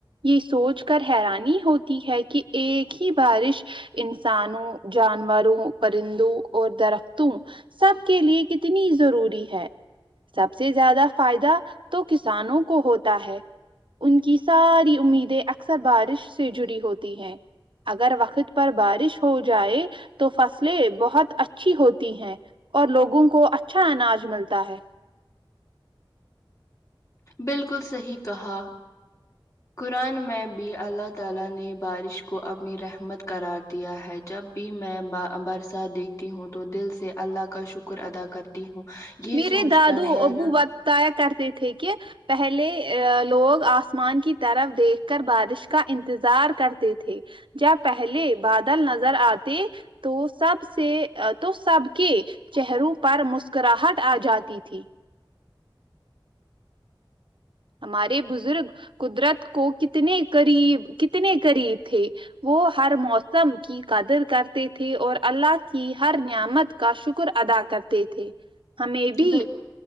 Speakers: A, on the right (about 70°); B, on the left (about 35°).
A: یہ سوچ کر حیرانی ہوتی ہے کہ ایک ہی بارش انسانوں جانوروں پرندوں اور درختوں سب کے لیے کتنی ضروری ہے سب سے زیادہ فائدہ تو کسانوں کو ہوتا ہے ان کی ساری امیدیں اکثر بارش سے جڑی ہوتی ہیں اگر وقت پر بارش ہو جائے تو فصلیں بہت اچھی ہوتی ہیں اور لوگوں کو اچھا اناج ملتا ہے
B: بالکل صحیح کہا قرآن میں بھی اللہ تعالی نے بارش کو اپنی رحمت قرار دیا ہے جب بھی میں با برسات دیکھتی ہوں تو دل سے اللہ کا شکر ادا کرتی ہوں یہ
A: میرے
B: سوچ
A: دادو
B: کر حیران
A: ابو بتتایا کرتے تھے کہ پہلے لوگ آسمان کی طرف دیکھ کر بارش کا انتظار کرتے تھے جب پہلے بادل نظر آتے تو سب سے تو سب کے چہروں پر مسکراہٹ آ جاتی تھی ہمارے بزرگ قدرت کو کتنے قریب کتنے قریب تھے وہ ہر موسم کی قدر کرتے تھے اور اللہ کی ہر نعمت کا شکر ادا کرتے تھے ہمیں بھی
B: بل